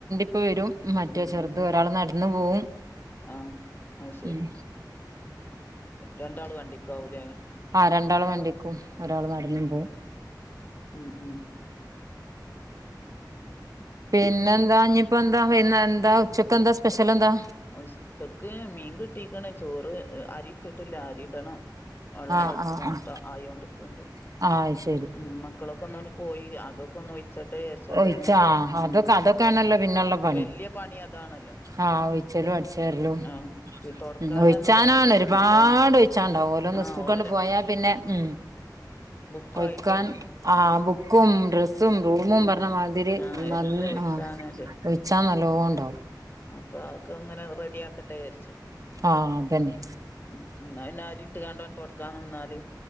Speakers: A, on the right; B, on the left.
A: പ്പം വരും മറ്റേ
B: ഉം
A: ചെർത്
B: ഉം
A: ഒരാള് നട്ന്ന് പോവും
B: ആഹ് അയ്‌ ശരി
A: ഉം
B: രണ്ടാളും വണ്ടിക്കാവുലെ
A: ആ രണ്ടാള് വണ്ടിക്കും ഒരാള് നടന്നും പോവും
B: ഉം ഉം
A: പിന്നെന്താ ഇഞ്ഞിപ്പോന്താ വൈന്ന ന്താ ഉച്ചക്കെന്താ സ്പെഷ്യല് എന്താ
B: ഉസ്ചക്ക് മീൻ കിട്ടീക്ക്ണ് ചോറ് അരി ഇട്ടിട്ടില്ല അരിടണം <unintelligible>
A: ആഹ് ആഹ് ആഹ്
B: ആയോണ്ട്ക്ക്‌ണ്ട്
A: <unintelligible>
B: ഉം മക്കളൊക്കെ ഒന്നാണ്ട് പോയി അകൊക്കെന്നൊയ്‌ ച്ചട്ടെ യര്ചാണ്ട്
A: ഒഴിച്ചാ
B: ഇങ്ങനെ ആ
A: അതൊക്കെ അതൊക്കെയാണല്ലോ പിന്നെയുള്ള പണി
B: വല്യ പണി അതാണല്ലോ
A: ആഹ് ഒഴിച്ചലും അടിച്ചര്ല്ലും
B: ആഹ് തൊടക്കാനൊന്നും
A: ഉ ഒഴിച്ചാനാണ്
B: പണിയില്ല
A: ഒരുപാട്
B: ഉം ഓ
A: ഒഴിച്ചാണ്ടാവും ഓലോന്ന്
B: ആഹ്
A: സ്കൂൾകാ
B: ഓലെ
A: ണ്ട് പോയാ പിന്നെ ഉം
B: ബുക്കായിട്ടും
A: ഒ യ്ക്കാൻ ആ
B: ഉം
A: ബുക്കും ഡ്രസ്സും റൂമും
B: ഉം
A: മാതിരി
B: ആഹ്
A: ന
B: എല്ലാം ഒഴിച്ചാനല്ലേ
A: ആ ഒഴിച്ചാ നല്ലൊണ്ട്
B: അപ്പൊ അതൊക്കെ ങ്ങനെ റെഡി ആക്കട്ടെ വിചാര്ച്ച്
A: ആഹ് അതന്നെ
B: മ്മ്ഹ്. ന്നാ പിന്നെ ആരി ഇട്ട്കാണ്ട് ണ്ട് തോടക്കാൻ നിന്നാല്.